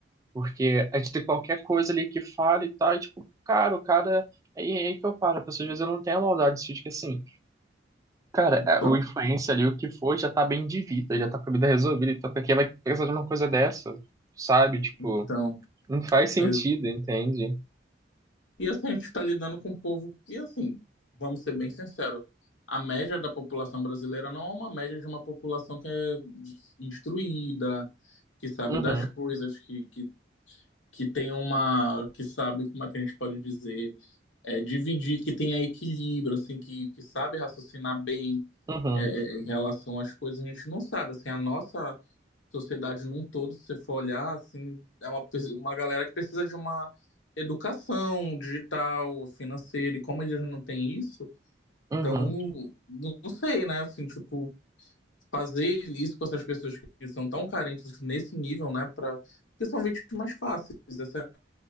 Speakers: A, on the right; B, on the left.
A: Porque a gente tem qualquer coisa ali que fala e tal, e tipo, cara, o cara. Aí é aí que eu paro, pessoas às vezes eu não tenho a maldade de que assim, cara,
B: Então,
A: é, o influencer ali, o que for, já tá bem de vida, já tá com a vida resolvida, então pra que vai precisar de uma coisa dessa, sabe? Tipo,
B: então,
A: não faz sentido,
B: é,
A: entende?
B: e assim, a gente tá lidando com um povo que, assim, vamos ser bem sinceros, a média da população brasileira não é uma média de uma população que é instruída, que sabe
A: Uhum,
B: das coisas, que, que, que tem uma, que sabe como é que a gente pode dizer é, dividir, que tenha equilíbrio, assim, que, que sabe raciocinar bem
A: uhum,
B: é, é, em relação às coisas. A gente não sabe, assim, a nossa sociedade num todo, se você for olhar, assim, é uma, pe- uma galera que precisa de uma educação digital, financeira, e como eles não têm isso,
A: uhum.
B: então, não não sei, né, assim, tipo, fazer isso com essas pessoas que são tão carentes nesse nível, né, para que são vítimas fáceis, essa